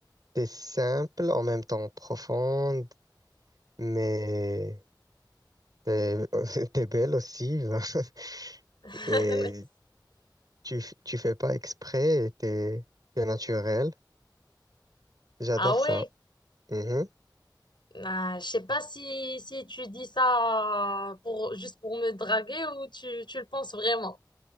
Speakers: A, on the right; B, on the left.
A: t'es simple, en même temps profonde, mais t'es, <laughs> t'es belle aussi. <laughs>
B: <laughs>
A: Et Tu, f- tu fais pas exprès et t'es t'es naturel. J'adore
B: Ah ouais,
A: ça. Mhm.
B: Ah, je sais pas si, si tu dis ça pour, juste pour me draguer ou tu, tu le penses vraiment.